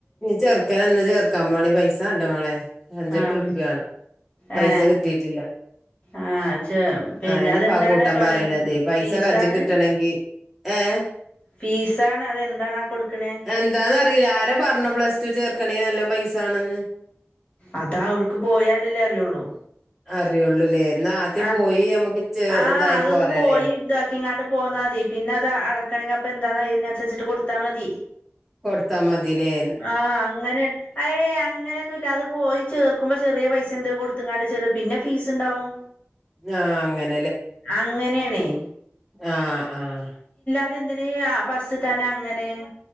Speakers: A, in the centre; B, on the left.
A: ചെറുക്കൻ ഇന്ന് ചേർക്കാൻ പോണം പൈസ വേണ്ടേ മോളെ അഞ്ചെട്ട്
B: ആഹ്
A: ഉറുപ്യ വേണം. പൈസ
B: ഏഹ്
A: കിട്ടിയിട്ടില്ല.
B: ആഹ് ചെ പിന്നെ
A: ആ ഇനിയിപ്പ
B: അതെന്താണ്
A: ആ കൂട്ടം
B: ഡൊണേഷൻ
A: പറയണത് പൈസ
B: ഫീസാണ്
A: കയ്യി കിട്ടണങ്കി ഏഹ്
B: ഫീസാണ് അതെന്താണാ കൊടുക്കണേ?
A: എന്താന്നറിയില്ല ആരാ പറഞ്ഞു പ്ലസ് ടു ചേർക്കണ നല്ലോം പൈസ വേണെന്ന്.
B: അതാ അവിടുക്ക് പോയാലല്ലേ അറിയുള്ളൂ.
A: അറിയുള്ളൂല്ലേ എന്നാ ആദ്യം
B: ആ
A: പോയി നമ്മുക്ക് ചെ
B: ആ
A: ഇതായി
B: അതൊന്ന്
A: പോരല്ലേ
B: പോയി ഇത ഇങ്ങാണ്ട് പോന്നാൽ മതി പിന്നെ അത് അടക്കണമെങ്ക അപ്പം എന്താന്ന അതിനനുസരിച്ചിട്ട് കൊടുത്താൽ മതി.
A: കൊടുത്താ മതിലെ?
B: ആഹ് അങ്ങനെ ഏയ് അങ്ങനെയൊന്നും ഇല്ല അത് പോയി ചേർക്കുമ്പോ ചെറിയ പൈസ എന്ത കൊടുത്തങ്ങാണ്ട് ചെ പിന്നെ ഫീസ് ഉണ്ടാവും.
A: ആ അങ്ങനെ.
B: അങ്ങനെയാണേ.
A: ആ ആ.
B: അതെന്തിന ഫസ്റ്റ് തന്നെ അങ്ങനെ